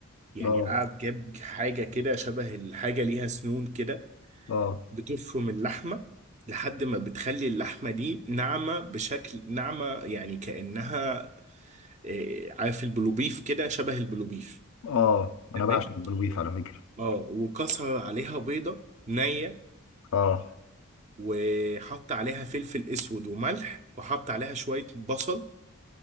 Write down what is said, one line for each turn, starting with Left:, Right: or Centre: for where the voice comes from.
Right: يعني
Left: اه
Right: قعد جاب حاجه كده شبه الحاجه ليها سنون كده
Left: اه
Right: بتفرم اللحمه لحد ما بتخلي اللحمه دي ناعمه بشكل ناعمه يعني كانها إيه، عارف البلوبيف كده شبه البلوبيف
Left: اه
Right: تمام
Left: انا بعشق البلوبيف على فكرة
Right: اه وكسر عليها بيضة نية
Left: اه
Right: وحط عليها فلفل اسود وملح وحط عليها شوية بصل